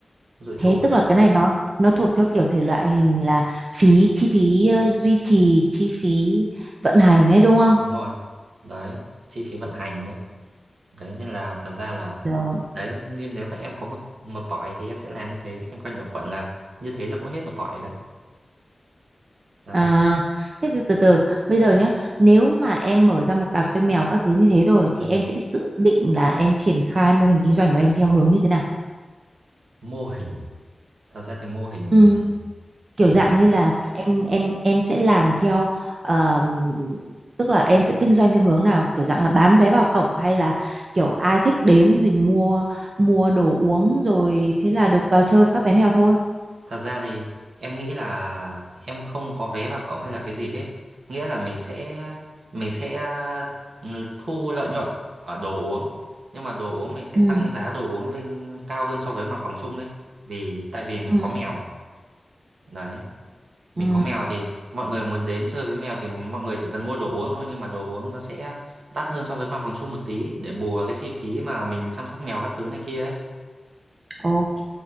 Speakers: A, on the right; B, on the right.
A: dự trù
B: Thế tức
A: đã.
B: là cái này nó nó thuộc theo kiểu thể loại hình là phí chi phí ờ, duy trì, chi phí vận hành đấy đúng không?
A: Đúng rồi. Đấy, chi phí vận hành đấy. Đấy nên là thật ra là
B: Rồi.
A: đấy, nhưng nếu mà em có một một tỏi thì em sẽ làm như thế, liên quan đến quản là như thế là cũng hết một tỏi rồi đấy. Đấy.
B: À, thế từ, từ từ bây giờ nhá nếu mà em mở ra một cà phê mèo các thứ như thế rồi
A: Ừ.
B: thì em sẽ dự định là em triển khai mô hình kinh doanh của em theo hướng như thế nào
A: Mô hình thật ra thì mô hình
B: ừ,
A: thì thì
B: kiểu dạng như là em em em sẽ làm theo ờm, tức là em sẽ kinh doanh theo hướng nào kiểu dạng là bán vé vào cổng hay là kiểu ai thích đến thì mua mua đồ uống rồi thế là được vào chơi với các bé mèo thôi
A: thật ra thì em nghĩ là em không có vé vào cộng hay là cái gì hết nghĩa là mình sẽ mình sẽ ừ, thu lợi nhuận ở đồ uống nhưng mà đồ uống mình sẽ
B: Ừ.
A: tăng giá đồ uống lên cao hơn so với mặt bằng chung ấy vì tại vì mình
B: ừ.
A: có mèo đấy mình
B: Ừ.
A: có mèo thì mọi người muốn đến chơi với mèo thì mọi người chỉ cần mua đồ uống thôi nhưng mà đồ uống nó sẽ đắt hơn so với mặt bằng chung một tí để bù vào cái chi phí mà mình chăm sóc mèo các thứ này kia ấy
B: Ok.